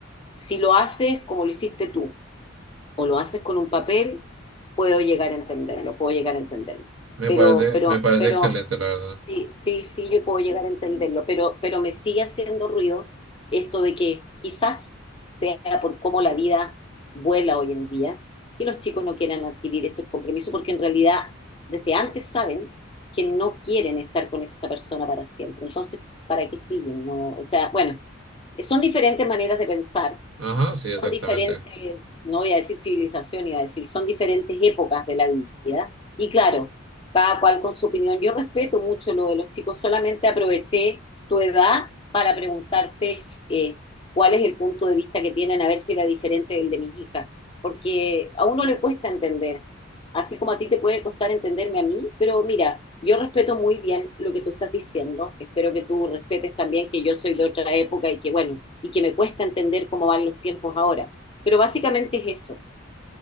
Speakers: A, on the left; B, on the right.
A: si lo haces como lo hiciste tú o lo haces con un papel, puedo llegar a entenderlo, puedo llegar a entenderlo.
B: Me
A: Pero,
B: parece,
A: pero,
B: me parece
A: pero,
B: excelente, la verdad.
A: sí, sí, sí, yo puedo llegar a entenderlo, pero, pero me sigue haciendo ruido esto de que quizás sea por cómo la vida vuela hoy en día, que los chicos no quieran adquirir este compromiso, porque en realidad desde antes saben que no quieren estar con esa persona para siempre. Entonces, ¿para qué siguen? No, o sea, bueno, son diferentes maneras de pensar
B: Ajá, sí,
A: son
B: exactamente.
A: diferentes, no voy a decir civilización, iba a decir, son diferentes épocas de la vida. Y claro, cada cual con su opinión. Yo respeto mucho lo de los chicos, solamente aproveché tu edad para preguntarte eh, cuál es el punto de vista que tienen, a ver si era diferente del de mis hijas. Porque a uno le cuesta entender así como a ti te puede costar entenderme a mí, pero mira, yo respeto muy bien lo que tú estás diciendo, espero que tú respetes también que yo soy de otra época y que bueno, y que me cuesta entender cómo van los tiempos ahora, pero básicamente es eso.